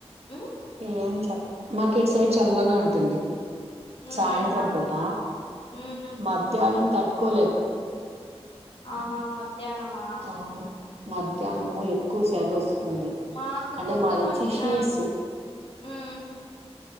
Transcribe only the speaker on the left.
ఉమ్
ఉమ్
అదే
ఉమ్
ఆహా మ ధ్యానమా
మాకు
పొద్దున
వచ్చిన
ఉమ్